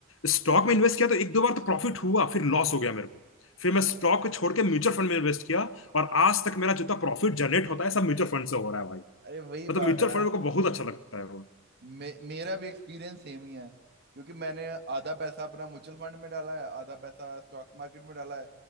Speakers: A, on the left; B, on the right.
A: स्टॉक
B: ठीक
A: में
B: है
A: इन्वेस्ट किया तो एक दो बार तो प्रॉफिट हुआ फिर लॉस हो गया मेरे को फिर
B: अच्छा
A: मैं स्टॉक को छोड़ के म्यूचुअल फंड में इन्वेस्ट किया और आज तक मेरा जितना प्रॉफिट जनरेट होता है सब म्यूचुअल फंड से हो रहा है भाई
B: अरे वही
A: मतलब
B: बात
A: म्यूचुअल
B: है ना
A: फंड मेरे को बहुत अच्छा लगता है वो
B: मे, मेरा भी एक्सपीरियंस सेम ही है क्योंकि मैंने आधा पैसा अपना म्यूचुअल फंड में डाला है आधा पैसा स्टॉक मार्केट में डाला है